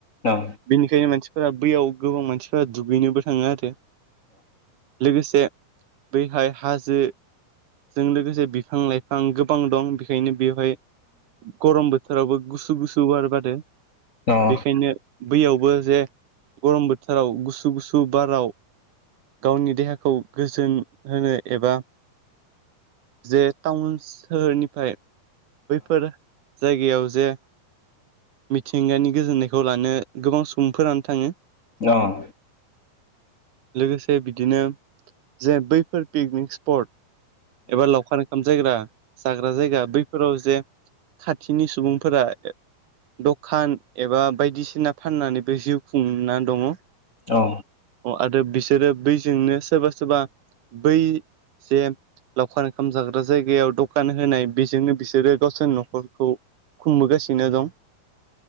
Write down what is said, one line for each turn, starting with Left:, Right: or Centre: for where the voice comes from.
Left: औ नंगौ नोंथां औ
Right: बेनिखायनो मानसिफोरा बैयाव गोबां मानसिफ्रा दुगैनोबो थाङो आरो लोगोसे बैहाय हाजोजों लोगोसे बिफां लाइफां गोबां दं बेखायनो बेवहाय गरम बोथोरावबो गुसु गुसु बार बार
Left: औ
Right: बेखायनो बैयावबो जे गरम बोथोराव गुसु गुसु बाराव गावनि देहाखौ गोजोन होनो एबा जे टाउन सोहोरनिफ्राय बैफोर जायगायाव जे मिथिंगानि गोजोननायखौ लानो गोबां सुबुंफोरानो थाङो
Left: अह
Right: लोगोसे बिदिनो जे बैफोर पिकनिक स्पट एबा लावखार ओंखाम जायग्रा जाग्रा जायगा बैफोराव जे खाथिनि सुबुंफोरा द'खान एबा बायदिसिना फाननानैबो जिउ खुंना दङ
Left: औ।
Right: आरो बिसोरो बैजोंनो सोरबा सोरबा बै जे लावखार ओंखाम जाग्रा जायगायाव दखान होनाय बेजोंनो बिसोरो गावसोरनि न'खरखौ खुंबोगासिनो दं